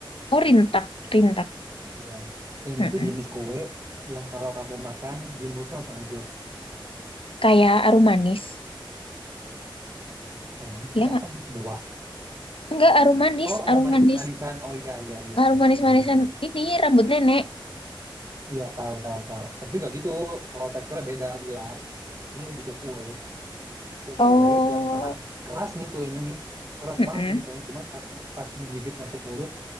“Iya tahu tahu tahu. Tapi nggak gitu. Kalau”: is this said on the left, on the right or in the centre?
Right